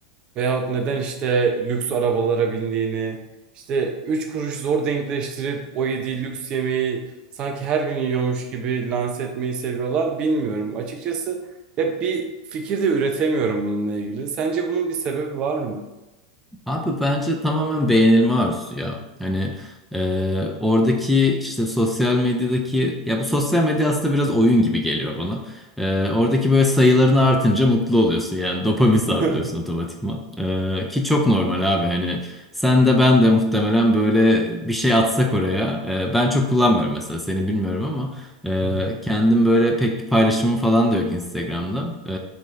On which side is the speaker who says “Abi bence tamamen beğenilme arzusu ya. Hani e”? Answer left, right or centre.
Centre